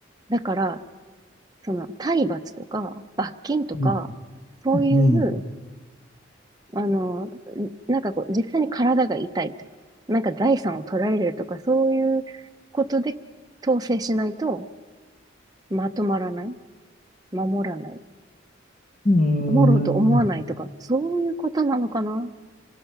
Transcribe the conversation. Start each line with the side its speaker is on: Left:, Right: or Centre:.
Right: だから、その、体罰とか、罰金とか、
Left: うん。
Right: そういう、
Left: うん。
Right: あの、なんかこう、実際に体が痛いとか、なんか財産を取られるとか、そういうことで統制しないと、まとまらない、守らない、
Left: うん。
Right: 守ろうと思わないとか、
Left: うーん
Right: そういうことなのかな